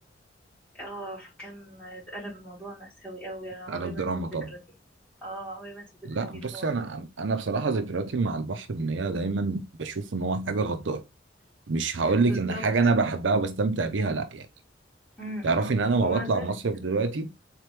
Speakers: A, in the centre; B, on the right (about 80°).
A: اه فكان اتقلب الموضوع مأساوي قوي عمري
B: قلب
A: ما
B: دراما
A: انسى الذكرى
B: طبعا
A: دي اه عمري ما انسى الذكرى
B: لا
A: دي
B: بص
A: اللي هو
B: انا انا بصراحه ذكرياتي مع البحر ان هي دايما بشوف ان هو حاجه غداره مش هقول لك
A: بالظبط
B: ان حاجه انا بحبها وبستمتع بيها لا يعني
A: امم أمم.
B: تعرفي ان انا ما
A: ومع
B: بطلع
A: ذلك
B: مصيف دلوقتي